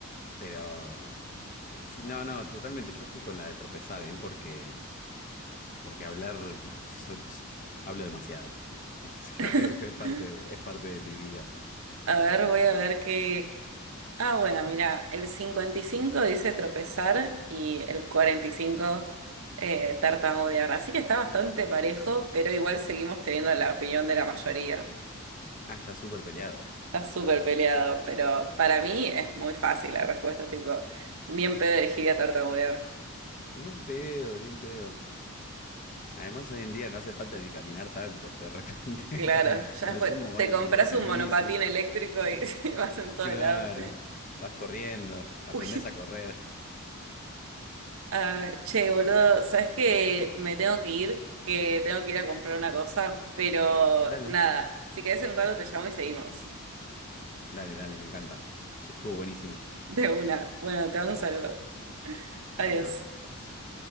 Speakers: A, on the left; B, on the right.
A: pero, pero sí, no, no, totalmente, yo estoy con la de tropezar, ¿eh? Porque... Porque hablar, so- s- hablo demasiado. <laughs> O sea,
B: <laughs>
A: Es es parte de, es parte de mi vida.
B: A ver, voy a ver qué... Ah, bueno, mira, el 55 dice tropezar y el 45 eh, tartamudear, así que está bastante parejo, pero igual seguimos teniendo la opinión de la mayoría.
A: Ah, está súper peleado.
B: Está súper peleado, pero para mí es muy fácil la respuesta, tipo, ni en pedo elegiría tartamudear.
A: Ni en pedo, ni en pedo. Además, hoy en día no hace falta ni caminar tanto. De repente, <laughs>
B: Claro,
A: como
B: ya
A: a lo
B: fue.
A: sumo, bueno,
B: Te compras
A: te mueves
B: un
A: en bici.
B: monopatín eléctrico y <laughs> vas en todos
A: Claro,
B: lados.
A: vas corriendo, aprendes
B: Uy,
A: a correr.
B: ah, che, boludo, ¿sabes que Me tengo que ir, que tengo que ir a comprar una cosa, pero
A: Dale,
B: nada, si querés en un rato te llamo y seguimos.
A: dale, dale, me encanta. Che, estuvo buenísimo.
B: De una. Bueno, te mando un saludo. Adiós.
A: Dale, otro. Ahora sí.